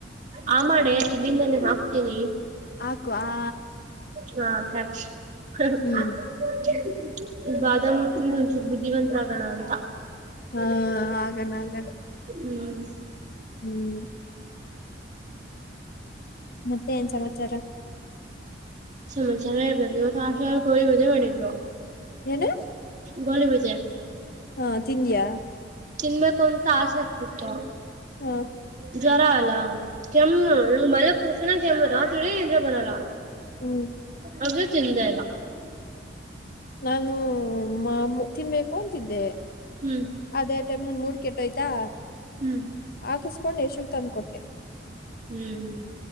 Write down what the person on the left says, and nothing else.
ಹಾಕು ಆ
ಹ್ಮ್
ಹಾ ಹಾಗಣ ಆಗಣ
ಹ್ಮ್ ಮತ್ತೆ ಏನ್ ಸಮಾಚಾರ
ಏನು
ಹಾ ತಿಂದಿಯಾ
ಹ್ಮ್
ಹ್ಮ್
ನಾನು ಮಾಮು ತಿನ್ಬೇಕು ಅಂತಿದ್ದೆ
ಅದೇ ಟೈಮಗ ಮೂಡ್ ಕೆಟ್ಟೋಯ್ತಾ
ಹಾಕಸ್ಕೊಂಡ್ ಯಶೂಗ್ ತಂದ್ಕೊಟ್ಟೆ